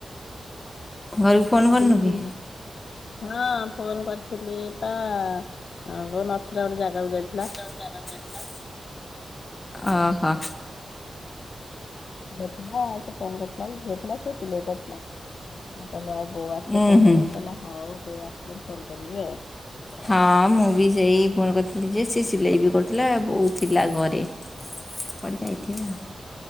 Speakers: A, on the left; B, on the left.
A: ଉ
B: ଘରକୁ
A: ଆଉ
B: ଫୋନ୍
A: ତାହଲେ
B: କରିନୁ
A: ବୁଲିବ
B: କି?
A: ଏଇନେ। ହଁ ଫୋନ୍ କରିଥିଲି ତ ହଁ ବୋଉ ନଥିଲା ଗୋଟେ ଜାଗାକୁ ଯାଇଥିଲା।
B: ଗୋଟେ ଜାଗାକୁ ଯାଇଥିଲା। ଓ ହୋ।
A: ଝିଅ ଥିଲା ଆଉ ସେ ଫୋନ୍ କରୁଥିଲା ଯେ ଝିଅ ଥିଲା ସେ ସିଲେଇ କରୁଥିଲା। ମୁଁ କହିଲି ଆଉ ବୋଉ ଆସିଲେ
B: ଉଁ
A: ଫୋନ୍
B: ହୁଁ।
A: କରିବୁ କହିଲେ ହଉ ବୋଉ ଆସିଲେ ଫୋନ୍ କରିବି ଆଉ।
B: ହଁ ମୁଁ ବି ସେଇ ଫୋନ କରିଥିଲି ଯେ ସେ ସିଲେଇ ବି କରୁଥିଲା ବୋଉ ଥିଲା ଘରେ। କୁଆଡେ ଯାଇଥିବେ ଆଉ?